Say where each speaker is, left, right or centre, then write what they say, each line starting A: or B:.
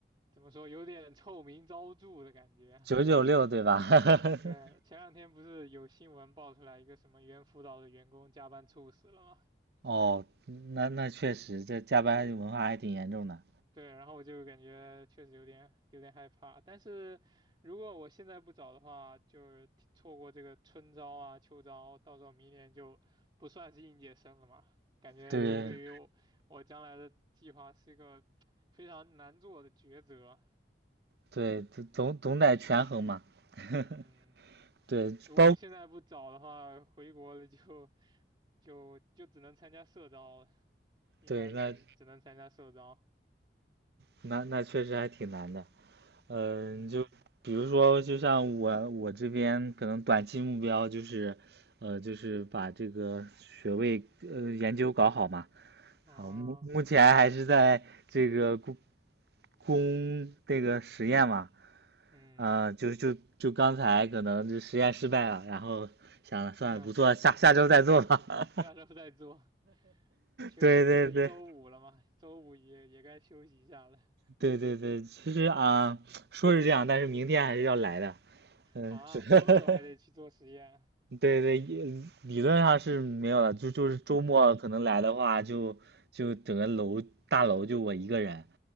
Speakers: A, on the right (about 30°); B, on the right (about 65°).
A: 怎么说，有点臭名昭著的感觉。
B: 九九六对吧？<laughs>
A: <laughs> 对，前两天不是有新闻爆出来一个什么猿辅导的员工加班猝死了吗？
B: 哦，那那确实，这加班文化还挺严重的。
A: 对，然后我就感觉确实有点有点害怕，但是如果我现在不找的话，就是提错过这个春招啊、秋招，到时候明年就不算是应届生了嘛。感觉这对于我我将来的计划是一个非常难做的抉择。
B: 对对，总总总得权衡嘛。<laughs>
A: 嗯，
B: 对，
A: 如果现在不找的话，
B: 包
A: 回国了就就就只能参加社招了应该是只能参加社招。
B: 对，那那那确实还挺难的。嗯，
A: 嗯，
B: 就比如说，就像我我这边可能短期目标就是，呃，就是把这个学位呃研究搞好嘛。
A: 哦，
B: 啊，目目前还是在这个攻攻这个实验嘛，
A: 嗯，
B: 啊，就就就刚才可能就实验失败了，然后想了算了，
A: <laughs>
B: 不做，下下周再做吧。<laughs>
A: 下周再做。确实也是周五了嘛，
B: 对对对
A: 周五也也该休息一下了
B: 对对对，其实啊，说是这样，但是明天还是要来的。嗯，
A: 啊，
B: 是 <laughs>
A: 周六还得去做实验
B: 对对，也理论上是没有了，就就是周末可能来的话就，就整个楼大楼就我一个人，